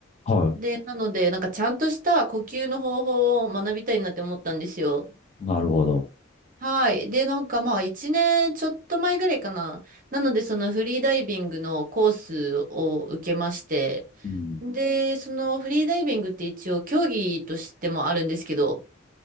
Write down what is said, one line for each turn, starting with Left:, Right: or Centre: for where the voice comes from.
Left: は
Right: で、なので、なんかちゃんとした呼吸の方法を学びたいなって思ったんですよ。
Left: い。なるほど。
Right: はい。で、なんかまあ、一年ちょっと前ぐらいかな。なので、そのフリーダイビングのコースを受けまして、
Left: うん。
Right: で、そのフリーダイビングって一応競技としてもあるんですけど、